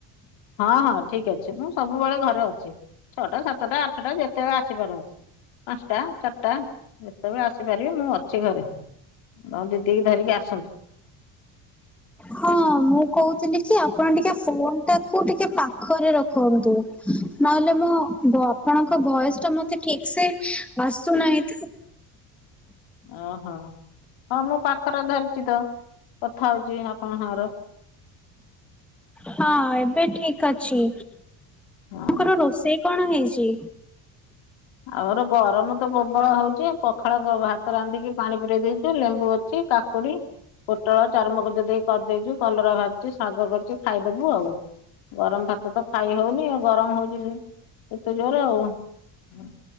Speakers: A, on the left; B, in the centre.
A: ହଁ। ହଁ। ଠିକ ଅଛି। ମୁଁ ସବୁବେଳେ ଘରେ ଅଛି। ଛଅଟା, ସାତଟା, ଆଠଟା, ଯେତେବେଳେ ଆସିପାରନ୍ତି। ପାଞ୍ଚଟା, ଚାରିଟା ଯେତେବେଳେ ଆସିପାରିବେ ମୁଁ ଅଛି ଘରେ। ତମ ଦିଧରିକି ଆସନ୍ତୁ।
B: ହଁ ମୁଁ କହୁଥିଲି କି ଆପଣ ଟିକେ ଫୋନ୍ ଟାକୁ ଟିକେ ପାଖରେ ରଖନ୍ତୁ। <inaudible> ନହେଲେ ମୋ ବ ଆପଣଙ୍କ ଭୟସ ଟା ମତେ ଠିକ ସେ ଆସୁନାହିଁ ତ।
A: ଓହୋ <inaudible> ହଁ ମୁଁ ପାଖରେ ଧରିଛି ତ କଥା ହଉଛି ଆପଣ ସାଙ୍ଗରେ।
B: ହଁ ଏବେ ଠିକ୍ ଅଛି।
A: <unintelligible>
B: ତାଙ୍କର ରୋଷେଇ କଣ ହେଇଚି?
A: ଆବର ଗରମ ତ ପ୍ରବଳ ହଉଚି ପଖାଳ କ ଭାତ ରାନ୍ଧିକି ପାଣି ପୁରେଇ ଦେଇଚୁ ଲେମ୍ବୁ ଅଛି କା କୁଡି ପୋଟଳ ଚାରୁମଗଜ ଦେଇ କରିଦେଇଚି କଲରା ଭାଜିିଚି ଶାଗ କରିଚି ଖାଇଦବୁ ଆଉ। ଗରମ୍ ଭାତ ତ ଖାଇ ହଉନି ଆଉ ଗରମ୍ ହଉଚି <unintelligible> ଏତେ ଜୋର ଆଉ। ହୁଁ।